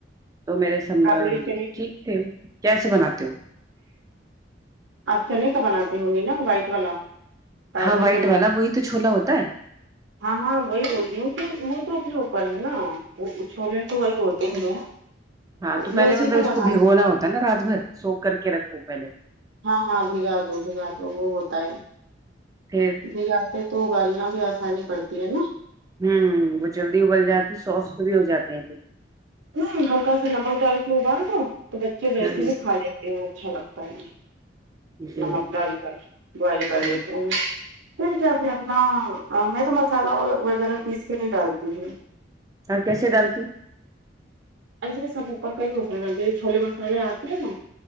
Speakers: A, on the right; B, on the right.
A: تو میرے سمم
B: کابلی چنے
A: ٹھیک تھے کیسے بناتے ہو
B: آپ چنے تو بناتے ہونگی نا وائٹ والا کابلی
A: ہاں وائٹ
B: چنا
A: والا وہی تو چھولا ہوتا ہے
B: ہاں ہاں وہی بول رہی ہوں کہ انہوں تو اپنے اوپر ہے نا وہ وه چھولے تو وہی ہوتے ہی ہیں
A: ہاں تو پہلے
B: ویسے
A: مطلب
B: ہی
A: اس
B: بناتے
A: کو بھگونا ہوتا نا رات بھر سو کر کے رکھو پہلے
B: ہاں ہاں بھیگا دو بھیگا دو وہ ہوتا ہے
A: پھر
B: بھگاتے توابلنا بھی آسانی پڑتی ہے نا
A: ہمم وہ جلدی ابل جاتی ہےسوفٹ بھی ہو جاتے ہیں
B: ہوں ہلکا سا نمک ڈال کے ابال دو تو بچے ویسے
A: ہوں
B: ہی کھا لیں پھر وہ اچھا لگتا ہے
A: جی
B: نمک ڈال کر بوہیل کرے
A: ہوں
B: دیتے تو پھر جب بھی اپناہا میں تو مسالہ اور وغیرہ پیس کے نہیں ڈالتی ہوں
A: اچار کیسے ڈالتے ہیں
B: ایسا سب اوپر کا ہی ہو سکتےچھولے مسالے آتے ہیں نا